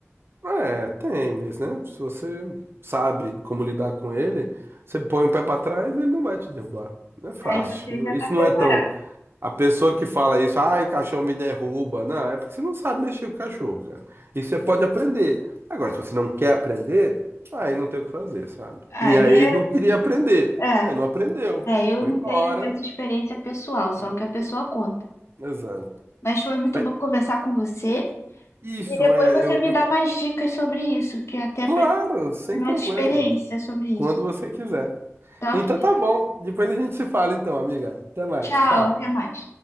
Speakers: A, on the right; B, on the left.
A: É, tem, mas né? Se você sabe como lidar com ele, você põe o pé pra trás e ele não vai te derrubar. Não é fácil.
B: Aí você
A: Não-
B: já
A: Isso
B: tá preparado.
A: não é tão. A pessoa que fala isso, ah, o cachorro me derruba. Não, é porque você não sabe mexer com o cachorro, cara. Isso você pode aprender. Agora, se você não quer aprender, aí não tem o que fazer, sabe?
B: Aí
A: Minha ex
B: é.
A: não queria aprender.
B: é.
A: Aí não aprendeu.
B: É, eu
A: Foi
B: não
A: embora.
B: tenho essa experiência pessoal,
A: É,
B: só o que a pessoa conta.
A: exato.
B: Mas foi muito
A: Mas
B: bom conversar com você.
A: isso
B: E depois
A: é,
B: você
A: eu,
B: me
A: eu-
B: dá mais dicas sobre isso, que até
A: claro,
B: para ter
A: sem
B: mais
A: problemas.
B: experiência sobre
A: Quando
B: isso.
A: você quiser.
B: Tá
A: Então
B: ok.
A: tá bom. Depois a gente se fala então, amiga. Até mais.
B: Tchau,
A: Tchau.
B: até mais.